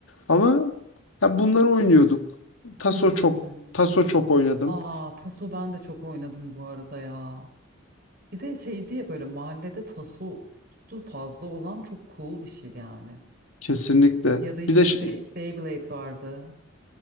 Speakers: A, on the left (about 80°); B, on the right (about 50°).
A: Ama ya bunları oynuyorduk. Taso
B: Hmm.
A: çok Taso çok oynadım.
B: Aa taso ben de çok oynadım bu arada ya. Bir de şey diye böyle mahallede taso su fazla olan çok cool bir şeydi yani.
A: Kesinlikle.
B: Ya da işte
A: Bir de ş-
B: Be- Beyblade vardı.